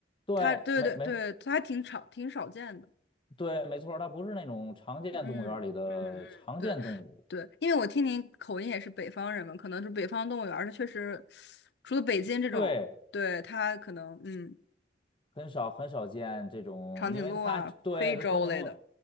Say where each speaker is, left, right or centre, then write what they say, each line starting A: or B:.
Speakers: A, on the left; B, on the left.
A: 对，
B: 它对对对，
A: 没没
B: 它还挺少挺少见的。
A: 对，没错儿它不是那种常见动物园里的常见动物。
B: 嗯嗯嗯，对对，因为我听您口音也是北方人嘛，可能是北方动物园儿，它确实除了北京这种，
A: 对，
B: 对它可能嗯。
A: 很少很少见这种，
B: 长颈鹿啊、
A: 因为它对它长颈鹿，
B: 非洲类的。